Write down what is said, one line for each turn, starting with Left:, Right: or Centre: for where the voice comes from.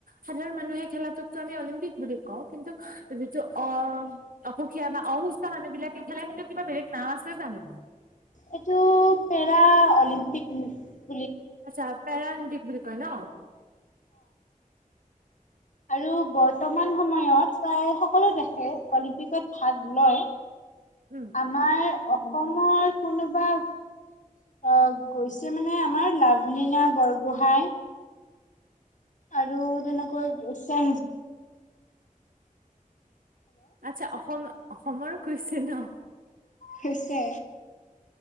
Right: সাধাৰণ মানুহে খেলাটোকটো আমি অলিম্পিক বুলি কওঁ কিন্তু যিটো অঁ অসুখীয়া বা অসুস্থ মানুহ বিলাকে খেলে সেইটো কিবা বেলেগ নাম আছে জানো
Left: এইটো পেৰা <unintelligible>
Right: আচ্ছা পেৰা অলিম্পিক কয় ন
Left: আৰু বৰ্তমান সময়ত প্ৰায় সকলো দেশে অলিম্পিকত ভাগ লয়
Right: উম
Left: আমাৰ অসমৰ কোনোবা অ গৈছে মানে আমাৰ লাভলীনা বৰগোঁহাই। আৰু তেনেকৈ চে।
Right: আচ্ছা অসম। অসমৰ কৈছে নহ।
Left: হৈছে।